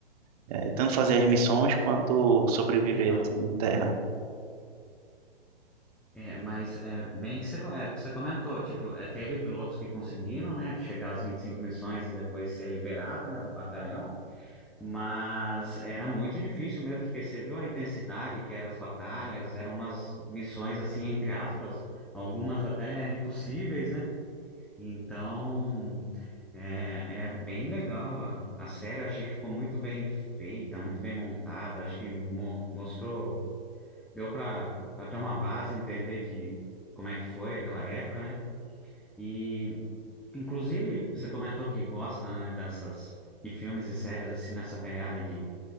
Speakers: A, on the right (about 35°); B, in the centre.
A: é, tanto fazer as missões quanto sobreviver
B: então,
A: assim, em terra.
B: é, mas é bem que você, co- é, que você comentou, tipo, é, teve pilotos que conseguiram, né, chegar às 25 missões e depois ser liberado, né, do batalhão, Mas era muito difícil mesmo, porque você viu a intensidade que eram as batalhas, eram umas missões assim, entre aspas, algumas até impossíveis, né? Então, é, é bem legal a, a série, eu achei que ficou muito bem feita, muito bem montada, acho que mo- mostrou, deu para ter uma base, entender de como é que foi aquela época, né? E, inclusive, você comentou que gosta, né, dessas, de filmes e séries assim, nessa pegada de